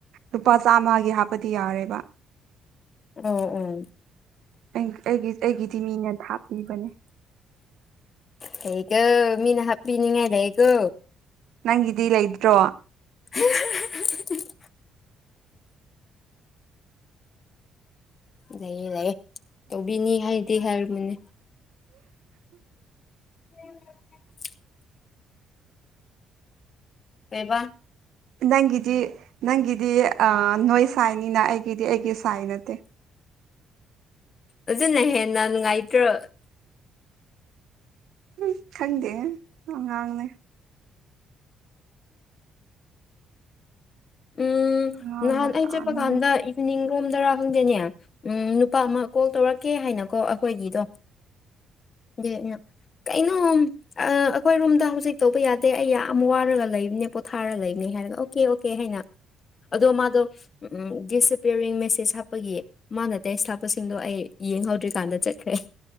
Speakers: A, on the right; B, on the left.
A: ꯂꯨꯄꯥ ꯆꯥꯝꯃꯒꯤ ꯍꯥꯞꯄꯗꯤ ꯌꯥꯔꯦꯕ
B: ꯑꯣ ꯑꯣ
A: ꯑꯩ ꯑꯩꯒꯤ ꯑꯩꯒꯤꯗꯤ ꯃꯤꯅ ꯍꯥꯞꯄꯤꯕꯅꯦ
B: ꯐꯩꯀꯣ ꯃꯤꯅ ꯍꯥꯞꯄꯤꯅꯤꯡꯉꯥꯏ ꯂꯩꯀꯣ
A: ꯅꯪꯒꯤꯗꯤ ꯂꯩꯇ꯭ꯔꯣ
B: <inaudible> ꯂꯩꯌꯦ ꯂꯩꯌꯦ ꯇꯧꯕꯤꯅꯤ ꯍꯥꯏꯅꯗꯤ ꯍꯥꯏꯔꯝꯕꯅꯦ <inaudible> ꯀꯩꯕ
A: ꯅꯪꯒꯤꯗꯤ ꯅꯪꯒꯤꯗꯤ ꯑꯥ ꯅꯣꯏ ꯁꯥꯏꯅꯤꯅ ꯑꯩꯒꯤꯗꯤ ꯑꯩꯒꯤ ꯁꯥꯏ ꯅꯠꯇꯦ
B: ꯑꯗꯨꯅ ꯍꯦꯟꯅ ꯅꯨꯡꯉꯥꯏꯇ꯭ꯔꯣ
A: ꯎꯝ ꯈꯪꯗꯦꯍꯦ ꯑꯉꯥꯡꯅꯦ
B: ꯎꯝ
A: ꯑꯉꯥꯡ
B: ꯅꯍꯥꯟ
A: ꯃꯆꯥꯅꯦ
B: ꯑꯩ ꯆꯠꯄ ꯀꯥꯟꯗ ꯃꯅꯤꯡꯔꯣꯝꯗ꯭ꯔ ꯈꯪꯗꯦꯅꯦ ꯎꯝ ꯅꯨꯄꯥ ꯑꯃ ꯀꯣꯜ ꯇꯧꯔꯛꯀꯦ ꯍꯥꯏꯅꯀꯣ ꯑꯩꯈꯣꯏꯒꯤꯗꯣ ꯗꯦ ꯑꯩꯅ ꯀꯩꯅꯣꯝ ꯑꯥ ꯑꯩꯈꯣꯏ ꯔꯨꯝꯗ ꯍꯧꯖꯤꯛ ꯇꯧꯕ ꯌꯥꯗꯦ ꯑꯩ ꯌꯥꯝ ꯋꯥꯔꯒ ꯂꯩꯕꯅꯦ ꯄꯣꯊꯥꯔ ꯂꯩꯕꯅꯦ ꯍꯥꯏꯔꯒ ꯑꯣꯀꯦ ꯑꯣꯀꯦ ꯍꯥꯏꯅ ꯑꯗꯣ ꯃꯥꯗꯣ ꯎꯝ ꯗꯤꯁꯑꯦꯄꯤꯌꯤꯔꯤꯡ ꯃꯦꯁꯦꯁ ꯍꯥꯞꯄꯒꯤ ꯃꯥꯅ ꯇꯦꯛꯁ ꯊꯥꯕꯁꯤꯡꯗꯣ ꯑꯩ ꯌꯦꯡꯍꯧꯗ꯭ꯔꯤꯀꯥꯟꯗ ꯆꯠꯈ꯭ꯔꯦ ꯑꯩ